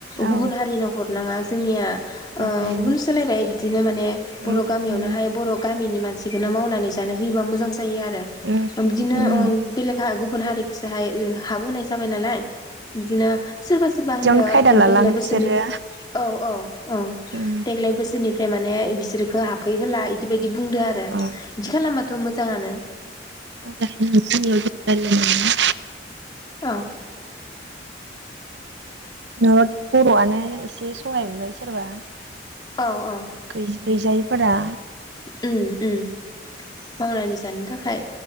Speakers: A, on the right; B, on the left.
A: औ
B: गुबुन हारिनो हरनाङा जोंनिया
A: ओं
B: ओ गुबुन सोलायबाय बिदिनो माने बर'
A: उम
B: गामियावनोहाय
A: उम
B: बर' गामिनि मानसि सिखौनो मावनानै जानो होयोबा मोजां जायो आरो
A: उम
B: बिदिनो
A: उम
B: ओ
A: ओं
B: बेलेखा गुबुन हारिखौसो हाय हाबो होनाय जा जाबाय नालाय बिदिनो सोरबा सोरबा
A: बिदियावनो
B: होनदो
A: खायदा लालाङो
B: देग्लाय बोसोरनि
A: बिसोरो
B: औ औ औ
A: उम
B: देग्लाय बोसोरनिफ्राय ओमफ्राय माने बिसोरखौ हाबफैहोला इदिबायदि बिदि बुंदो आरो बिदि
A: अ
B: खालामबाथ' मोजाङानो
A: <unintelligible>
B: अ
A: ओ बर'आनो एसे सहाय मोनबाय सोरबा
B: औ औ
A: गैजा गैजायिफोरा
B: उम उम मावनानै जानो थाखाय